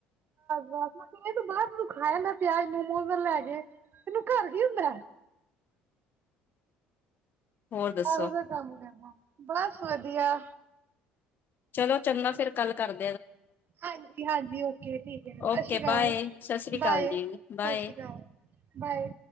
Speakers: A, on the right (about 50°); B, on the left (about 45°).
A: ਬਸ <unintelligible> ਤੂੰ ਬਾਹਰ ਤੇ ਤੂੰ ਖਾ ਲੈਨੇ ਪਿਆਜ਼ ਮੋਮੋਜ਼ ਨਾਲ ਲੈ ਕੇ ਤੈਨੂੰ ਘਰ ਕੀ ਹੁੰਦੈ?
B: ਹੋਰ ਦੱਸੋ
A: ਇਹੋ ਜਿਹਾ ਕੰਮ ਕਰਨਾ। ਬਸ ਵਧੀਆ।
B: ਚਲੋ ਚੰਗਾ ਫੇਰ ਕੱਲ ਕਰ
A: ਹਾਂਜੀ-ਹਾਂਜੀ, ਓਕੇ ਠੀਕ ਹੈ। ਸ਼ਾਸ਼ੀ
B: ਓਕੇ ਬਾਏ
A: ਕਾਲ,
B: ਸਤਿ ਸ੍ਰੀ ਅਕਾਲ
A: ਬਾਏ
B: ਜੀ
A: ਸ਼ਾਸ਼ੀ
B: ਬਾਏ
A: ਕਾਲ ਬਾਏ।